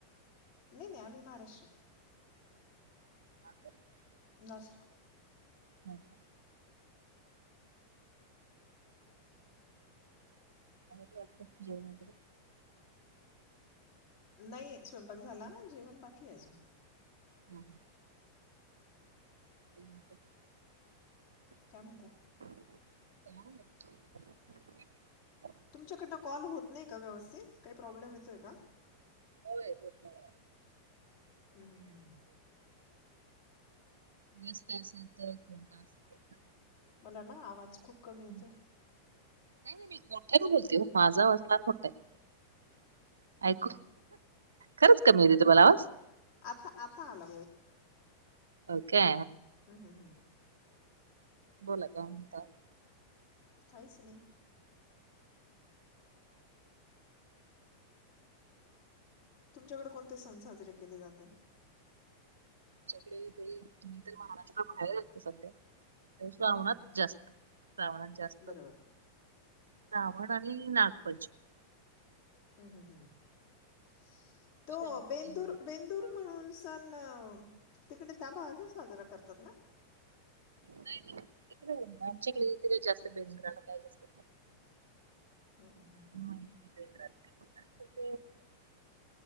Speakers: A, on the left (about 40°); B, on the right (about 70°).
A: नाही नाही आम्ही महाराष्ट्र
B: ह
A: नाशिक
B: हम् वाटत जेवण वगैरे
A: नाही स्वयंपाक झाला जेवण बाकी अजून
B: हम्म हम <unintelligible>
A: काय म्हणता
B: हो
A: तुमच्याकडनं कॉल होत नाही का व्यवस्थित काही प्रॉब्लेम येतोय का
B: हो आणि
A: हं, हं, हं.
B: व्यस्त असं येत किंवा
A: मला ना आवाज खूप कमी येतोय
B: हं. नाही नाही मी मोठ्या बोलते माझा आवाज फार मोठा आहे ऐकू खरंच कमी येत तुम्हाला आज
A: आता आता आला
B: ओके
A: हम्म हम् हम्म
B: बोला का म्हणता
A: काहीच नाही तुमच्याकडे कोणते सण साजरे केले जातात
B: च्याकडे ते तुम् तर महाराष्ट्रा बाहेर आहे सध्या श्रावणात
A: हं, हं, हं.
B: जास्त श्रावणात जास्त
A: बरं बरं
B: श्रावण आणि नागपंचमी
A: हम्म हम् हम्म तो
B: श्रावणात
A: बेंदूर
B: अ,
A: बेंदूर म्हणून सण तिकडे त्या भागात साजरा करतात ना
B: नाही नाही इडे आमच्याकडे इथे का जास्त बेंदूर काय जास्त
A: हम् हम् हम् हम्
B: माहित नाही <unintelligible>